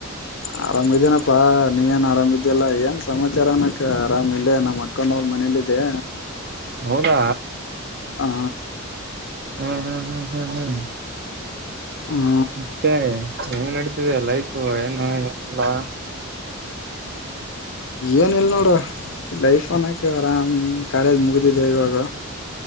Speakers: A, on the left; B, on the right.
A: ಆರಾಮಿದೇನಪ್ಪಾ ನೀ ಏನ್ ಆರಾಮ ಇದಲ್ಲ ಏನ್ ಸಮಾಚಾರ ಅನಕ ಆರಾಮ ಇಲ್ಲೇ ನಮ್ಮ ಅಕ್ಕನ ಮನೇಲಿದೆ
B: ಹೌದಾ
A: ಆ
B: ಹ್ಮ್ ಹ್ಮ್ ಹ್ಮ್ ಹ್ಮ್ ಹ್ಮ್
A: ಹ್ಮ
B: ಮತ್ತೆ ಹೆಂಗ್ ನಡಿತಿದೆ ಲೈಫು ಏನು <unintelligible>
A: ಏನಿಲ್ಲ್ ನೋಡು ಲೈಫ್ ಅನ್ನೋಕ ಆರಾಮ್ ಕಾಲೇಜ್ ಮುಗಿದಿದೆ ಇವಾಗ